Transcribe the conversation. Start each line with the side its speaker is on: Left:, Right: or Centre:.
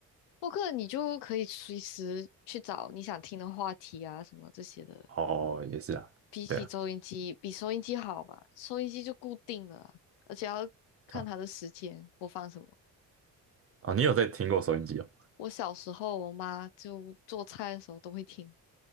Left: 播客你就可以随时去找你想听的话题啊，什么这些的。
Right: 哦，也是啊，
Left: 比起收音机，
Right: 对啊，
Left: 比收音机好吧？收音机就固定了啊，而且要看它的时间播放什么。
Right: 对啊，哦，你有在听过收音机哦？
Left: 我小时候，我妈就做菜的时候都会听，